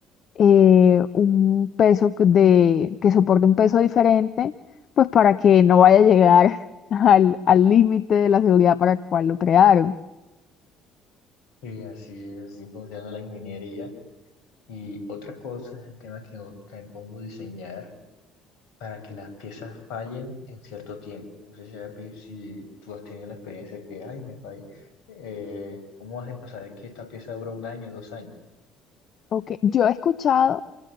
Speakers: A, on the left; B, on the left.
A: eh, un peso que- de, que soporte un peso diferente, pues para que no vaya a llegar <laughs> al al límite de la seguridad para el cual lo crearon.
B: Y así, es, así funciona la ingeniería. Y otra cosa es el tema que yo también pongo diseñar para que las piezas fallen en cierto tiempo. No sé si, has vi- si tú has tenido la experiencia de que, ay, me fallé. Eh, ¿cómo hacen para saber que esta pieza dura un año, dos años?
A: Ok, Yo he escuchado